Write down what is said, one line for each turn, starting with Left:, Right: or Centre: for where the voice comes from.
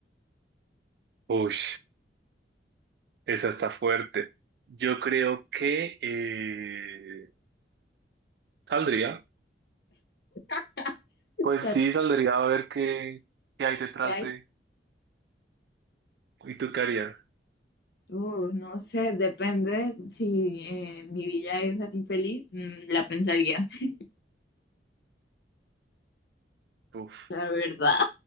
Right: Uy, esa está fuerte. Yo creo que eh, saldría.
Left: <laughs>
Right: Pues
Left: ¿Salir
Right: sí, saldría a ver qué, qué hay detrás
Left: de ahí?
Right: de. ¿Y tú qué harías?
Left: Uh, no sé, depende si eh, mi vida es así feliz, mm, la pensaría, <laughs>
Right: Uf,
Left: la verdad,